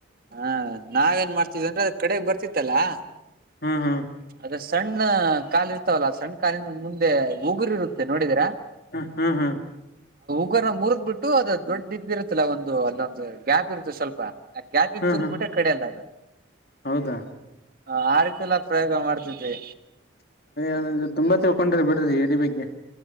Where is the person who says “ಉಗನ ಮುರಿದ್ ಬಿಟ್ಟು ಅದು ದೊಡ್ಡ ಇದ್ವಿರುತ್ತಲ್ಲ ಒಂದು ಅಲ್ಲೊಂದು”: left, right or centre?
Right